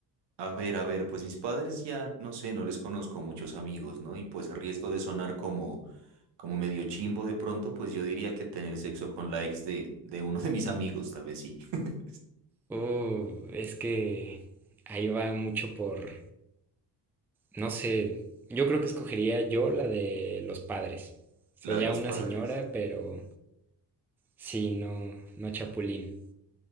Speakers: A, on the right; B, in the centre.
A: A ver, a ver, pues mis padres ya, no sé, no les conozco muchos amigos, ¿no? Y pues a riesgo de sonar como, como medio chimbo de pronto, pues yo diría que tener sexo con la ex de, de uno de mis amigos, tal vez sí. <laughs>
B: Uh, es que ahí va mucho por, no sé, yo creo que escogería yo la de los padres. Sería
A: La de los
B: una
A: padres.
B: señora, pero sí, no, no chapulín.